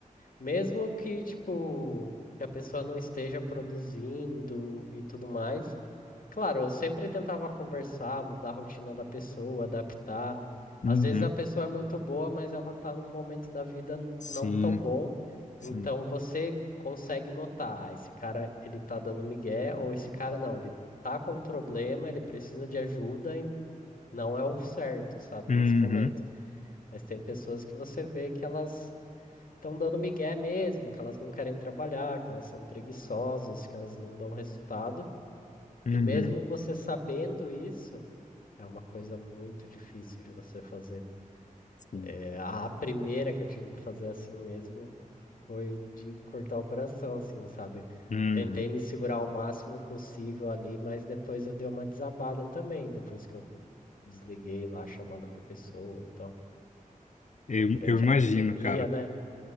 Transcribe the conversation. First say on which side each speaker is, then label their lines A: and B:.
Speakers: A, on the left; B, on the left.
A: Mesmo que, tipo, que a pessoa não esteja produzindo e tudo mais. Claro, eu sempre tentava conversar, mudar a rotina da pessoa, adaptar.
B: Uhum.
A: Às vezes a pessoa é muito boa, mas ela tá num momento da vida n-
B: Sim,
A: não tão bom.
B: sim.
A: Então você consegue notar, "Ah, esse cara, ele tá dando migué, ou esse cara não, ele tá com um problema, ele precisa de ajuda e não é o certo, sabe,
B: Uhum.
A: nesse momento. Mas tem pessoas que você vê que elas estão dando migué mesmo, que elas não querem trabalhar, que elas são preguiçosas, que elas não dão resultado.
B: Uhum.
A: E mesmo você sabendo isso, é uma coisa muito difícil de você fazer.
B: Sim.
A: É, a primeira que eu tive que fazer assim mesmo foi de cortar o coração, assim, sabe?
B: Uhum.
A: Tentei me segurar o máximo possível ali, mas depois eu dei uma desabada também, depois que eu desliguei lá a chamada com a pessoa e tal.
B: Eu,
A: Foi durante
B: eu imagino,
A: a pandemia,
B: cara.
A: né?